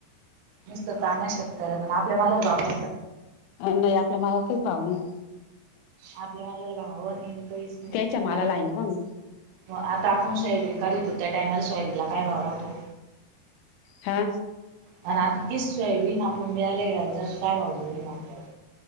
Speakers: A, on the right; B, on the left.
A: निसता तान शेतकऱ्यांला आपल्या मालाला भाव नाय का?
B: नाही आपल्या मालाला काहीच भाव नाही.
A: आपल्या मलाला भावं नाही काहीच <unintelligible>
B: त्याच्या मालाला
A: आता
B: आहे ना भाव.
A: आता आपण सोयाबीन काढितो त्या टायमला सोयाबीनला काय भाव राहतो.
B: हा.
A: आणि आता तीच सोयाबीन आपण बियाला घ्यायला <unintelligible> आपल्याला.